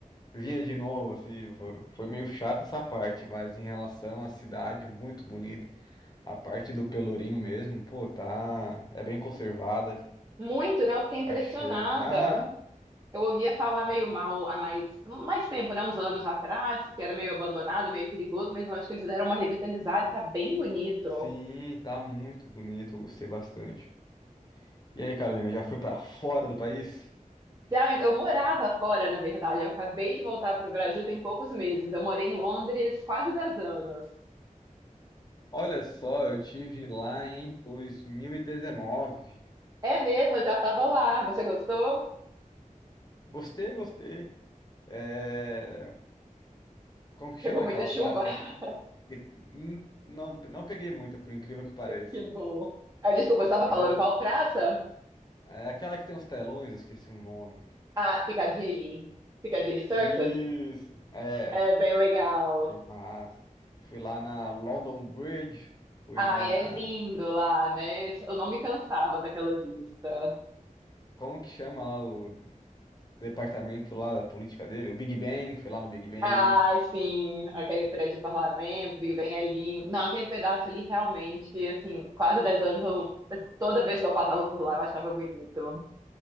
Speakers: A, on the left; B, on the right.
A: vinha de novo, assim. Foi foi meio chata essa parte, mas em relação à cidade, muito bonita. A parte do Pelourinho mesmo, pô, tá. É bem conservada.
B: Muito, né? Eu fiquei impressionada.
A: Achei. Aham.
B: Eu ouvia falar meio
A: É,
B: mal há mais, mais tempo, né? Uns anos atrás, que era meio abandonado, meio perigoso, mas eu acho que eles deram uma revitalizada e tá bem bonito.
A: Sim, tá muito bonito. Eu gostei bastante. E aí, Carolina, já foi pra fora do país?
B: Já eu morava fora, na verdade. Eu acabei de voltar para o Brasil tem poucos meses. Eu morei em Londres quase dez anos.
A: Olha só, eu tive lá em 2019.
B: É mesmo, eu já estava lá. Você gostou?
A: Gostei, gostei. É... Como que
B: Pegou
A: chama
B: muita
A: aquela
B: chuva?
A: praça
B: <laughs>
A: que... que- Hum, Não, não peguei muita, por incrível que pareça.
B: Que bom. Ah, desculpa, eu estava
A: Eu
B: falando
A: go-
B: qual praça?
A: É aquela que tem os telões, eu esqueci o nome.
B: Ah, Piccadilly. Piccadilly Circus?
A: Isso, é.
B: É bem legal.
A: Que massa. Fui lá na London Bridge, fui
B: Ai,
A: na.
B: é lindo lá, né? Eu não me cansava daquela vista.
A: Como que chama lá o departamento lá da política dele? O Big Ben, fui lá no Big Ben,
B: Ai, sim, aquele prédio do parlamento que vem ali. Não, aquele pedaço ali realmente, assim, quase 10 anos, eu- toda vez que eu passava por lá, eu achava bonito.